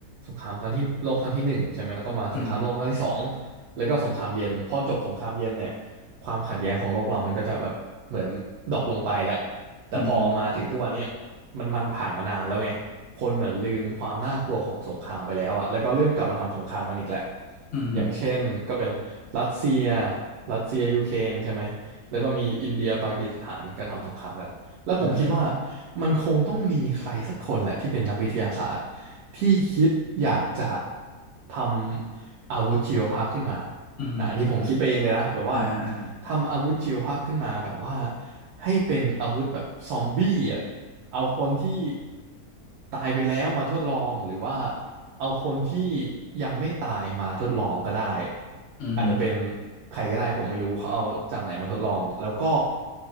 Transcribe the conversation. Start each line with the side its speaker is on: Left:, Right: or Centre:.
Right: สงครามครั้งที่โลกครั้งที่หนึ่งใช่ไหมแล้วก็มาสงครามโลกครั้งที่สอง
Left: อืมฮึ
Right: แล้วก็สงครามเย็นพอจบสงครามเย็นเนี่ยความขัดแย้งของโลกเรามันก็จะแบบ เหมือนดรอปลงไปแล้วแต่พอมาถึงทุกวันเนี้ย
Left: อืมฮึ
Right: มันมันผ่านมานานแล้วไงคนเหมือนลืมความน่ากลัวของสงครามไปแล้วอะแล้วก็เริ่มกลับมาทำสงครามมันอีกแหละ
Left: อืมฮึ
Right: อย่างเช่นก็เป็นรัสเซียรัสเซียยูเครนใช่ไหมแล้วก็มีอินเดียปากีสถานก็ทำสงครามกันแล้วผมคิดว่า
Left: อ่าฮะ
Right: มันคงต้องมีใครสักคนแหละที่เป็นนักวิทยาศาสตร์ที่คิดอยากจะทำอาวุธชีวภาพขึ้นมา
Left: อืมฮึอืมฮึ
Right: อ่ะอันนี้ผมคิดไปเองเลยนะแบบว่า
Left: อ่าฮะอ่าฮะ
Right: ทำอาวุธชีวภาพขึ้นมาแบบว่าให้เป็นอาวุธแบบซอมบี้อ่ะเอาคนที่ตายไปแล้วมาทดลองหรือว่าเอาคนที่ยังไม่ตายมาทดลองก็ได้
Left: อืมฮึ
Right: อาจจะเป็นใครก็ได้ผมไม่รู้เขาเอาจากไหนมาทดลองแล้วก็